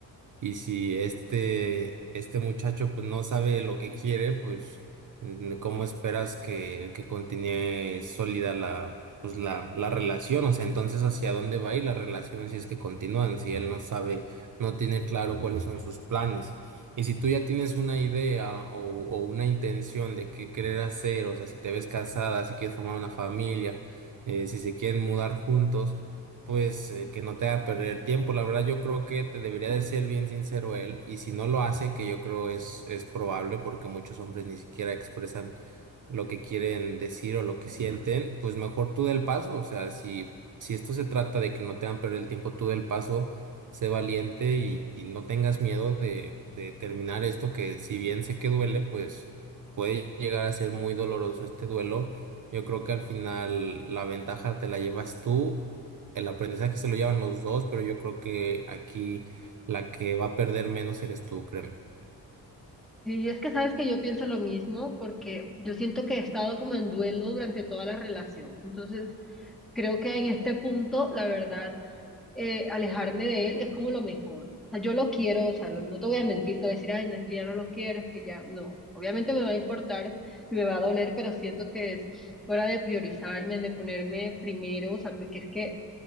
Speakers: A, on the right (about 50°); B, in the centre.
A: Y si este, este muchacho pues no sabe lo que quiere, pues mm, ¿cómo esperas que, que continúe sólida la, pues, la, la relación? O sea, entonces ¿hacia dónde va a ir la relación si es que continúan? Si él no sabe, no tiene claro cuáles son sus planes. Y si tú ya tienes una idea o, o una intención de qué querer hacer, o sea, si te ves casada, si quieres formar una familia, eh, si se quieren mudar juntos pues eh, que no te haga perder tiempo. La verdad, yo creo que te debería de ser bien sincero él, y si no lo hace, que yo creo es, es probable porque muchos hombres ni siquiera expresan lo que quieren decir o lo que sienten, pues mejor tú da el paso. O sea, si, si esto se trata de que no te hagan perder el tiempo, tú da el paso, sé valiente y, y no tengas miedo de, de terminar esto, que si bien sé que duele, pues puede llegar a ser muy doloroso este duelo. Yo creo que al final la ventaja te la llevas tú el aprendizaje se lo llevan los dos, pero yo creo que aquí la que va a perder menos eres tú, créeme.
B: Y es que sabes que yo pienso lo mismo porque yo siento que he estado como en duelo durante toda la relación. Entonces, creo que en este punto, la verdad, eh, alejarme de él es como lo mejor. O sea, yo lo quiero, o sea, lo- no te voy a mentir, te voy a decir, ay, no, es que ya no lo quiero, es que ya, no. Obviamente me va a importar y me va a doler, pero siento que es hora de priorizarme, de ponerme primero, o sea, porque es que